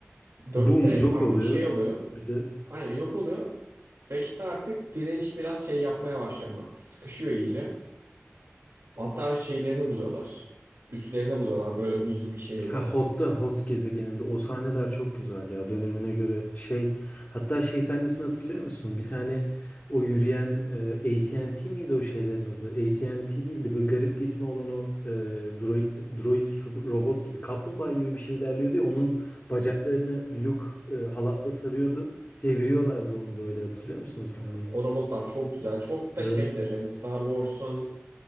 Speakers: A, on the right; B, on the left.
A: Dörtte
B: Boom yok
A: artık
B: oluyor.
A: şey oluyor.
B: Bir de
A: Aynen yok oluyor. Beşte artık direniş biraz şey yapmaya başlıyor ama sıkışıyor iyice. Hatta şeylerini buluyorlar. Üslerini buluyorlar böyle buzlu bir şehirde.
B: Ha Hot'ta Hot gezegeninde o sahneler çok güzel ya dönemine göre şey hatta şey sahnesini hatırlıyor musun? Bir tane o yürüyen e, AT&T miydi o şeylerin adı? AT&T değildi böyle garip bir ismi olan o e, droid, droid ro- robot gibi kaplumbağa gibi bir şey ilerliyordu ya onun bacaklarını Luke e, halatla sarıyordu deviriyorlardı onu böyle hatırlıyor musun o sahneyi?
A: O robotlar çok güzel. Çok da
B: Evet.
A: şeydir hani Star Wars'un